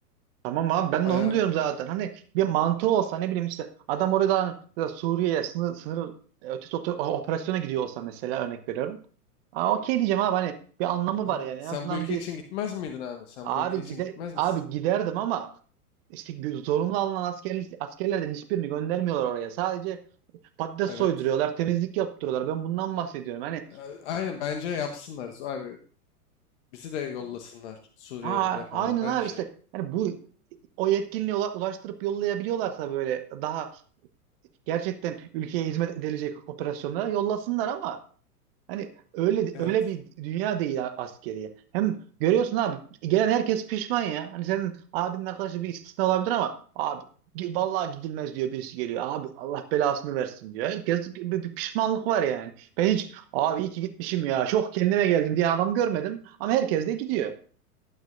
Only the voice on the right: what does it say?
Tamam abi ben
de onu diyorum zaten. Hani bir mantığı olsa ne bileyim işte adam oradan ya Suriye'ye sınır, sınır e, ötesi oto- operasyona gidiyor olsa mesela örnek veriyorum. Aa, okey diyeceğim abi hani bir anlamı
var yani
en azından
bir
abi
gide
abi giderdim ama işte gö- zorunlu alınan asker, askerlerden hiçbirini göndermiyorlar oraya. Sadece patates
soyduruyorlar, temizlik yaptırıyorlar. Ben bundan bahsediyorum. Hani
aa,
aynen
abi işte Hani bu o yetkinliğe ula- ulaştırıp yollayabiliyorlarsa böyle daha gerçekten ülkeye hizmet edilecek operasyonlara yollasınlar ama hani öyle
öyle bir dünya değil a- askeriye. Hem görüyorsun abi gelen herkes pişman ya. Hani senin abinin arkadaşı bir istisna olabilir ama abi gi- vallahi gidilmez diyor birisi geliyor. Abi Allah belasını versin diyor. Herkes bir, bir pişmanlık var yani. Ben hiç abi iyi ki gitmişim ya. Çok kendime geldim diye adam görmedim ama herkes de gidiyor.